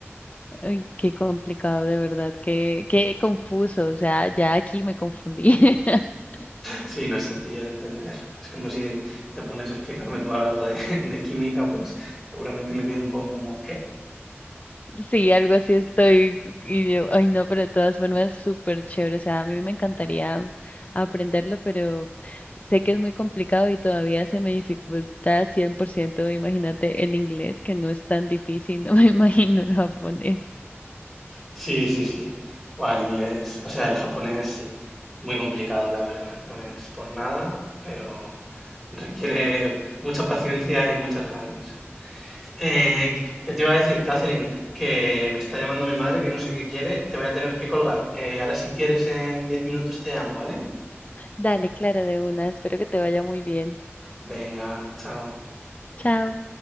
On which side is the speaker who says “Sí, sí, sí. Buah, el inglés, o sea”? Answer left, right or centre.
Centre